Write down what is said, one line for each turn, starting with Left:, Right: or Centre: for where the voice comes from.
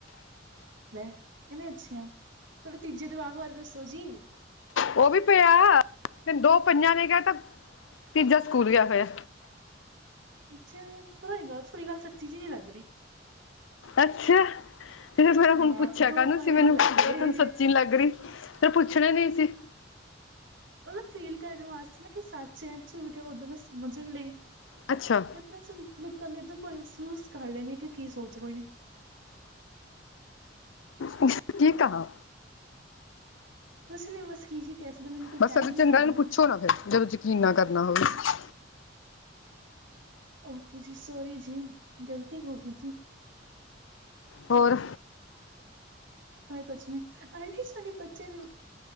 Right: ਲੈ ਕਿਵੇਂ ਅੱਛਾ ਆ ਤੁਹੀ ਤੀਜੇ ਜਵਾਕ ਬਾਰੇ ਦੱਸੋ ਜੀ-
Left: ਉਹ ਵੀ ਪਿਆ ਦੋ ਪਈਆਂ ਨੇ ਕਿਹਾ ਤਾਂ ਤੀਜਾ ਸਕੂਲ ਗਿਆ ਹੋਇਆ-
Right: ਅੱਛਾ ਜੀ ਗੱਲ ਥੋੜੀ ਗੱਲ ਸੱਚੀ ਜਿ ਨੀ ਲੱਗ ਰਹੀ-
Left: ਅੱਛਾ- ਤੇ ਮੇ
Right: ਹਾਂ
Left: ਹੁਣ ਪੁੱਛਿਆ
Right: ਦੋ
Left: ਕਾਹਨੂੰ
Right: ਪਹੇ
Left: ਸੀ ਮੈਨੂੰ
Right: ਨੀ ਲੱਗ
Left: ਤਹਾਨੂੰ
Right: ਰਹੇ।
Left: ਸੱਚੀ ਨੀ ਲੱਗ ਰਹੀ ਤੇ ਪੁੱਛਣਾ ਨਈ ਸੀ-
Right: ਉਹਦਾ ਫੀਲ ਕਰਨ ਵਾਸਤੇ ਨਾ ਕਿ ਸੱਚਿਆਂ ਝੂਠ ਏ ਓਦਾਂ ਦਾ ਸਮਝਣ ਲਈ
Left: ਅੱਛਾ
Right: ਮੈਂ - ਲੋਕਾਂ ਦੀ ਏਧੋਂ ਮਹਿਸੂਸ ਕਰ ਲੈਣੀ ਆ ਕਿ ਕੀ ਸੋਚ ਰਹੇ ਨੇ -
Left: ਮੁਸ਼ਕ ਜੀ ਕਹਾ-
Right: ਕੁਛ ਨੀ ਮੁਸਕੀ ਜੀ ਕੇਸੇ ਦੇ ਮੈਨੂੰ- ਕੋਈ
Left: ਬਸ
Right: ਕਹਿ ਹੀ ਨਹੀਂ
Left: ਚੰਗਾ
Right: ਸਕਦਾ
Left: ਇਹਨੂੰ ਪੁੱਛੋ
Right: ਕੁਛ
Left: ਨਾ ਫੇਰ ਜਦੋਂ ਜਕੀਨ ਨਾ ਕਰਨਾ ਹੋਵੇ-
Right: ਓਕੇ ਜੀ ਸੋਰੀ ਜੀ ਗਲਤੀ ਹੋ ਗਈ ਜੀ-
Left: ਹੋਰ-
Right: ਹੋ ਕੁਛ ਨੀ ਆਂਟੀ ਬੱਚੇ ਨੂੰ